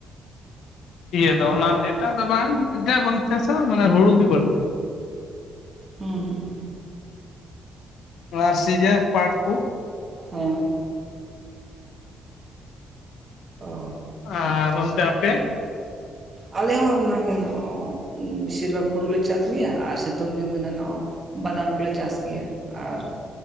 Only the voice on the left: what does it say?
ᱤᱭᱟᱹ ᱫᱚ
ᱚᱱᱟ ᱮᱴᱟᱜ ᱫᱚ ᱵᱟᱝ ᱮᱛᱮᱜ ᱵᱟᱝ ᱪᱟᱥᱟ ᱢᱟᱱᱮ ᱦᱩᱲᱩ ᱜᱤ ᱵᱟᱹᱲᱛᱤ᱾
ᱟᱨ ᱥᱤᱡᱟᱹ ᱯᱟᱴ ᱠᱩ
ᱟᱨ ᱚᱱᱛᱮ ᱟᱯᱮ?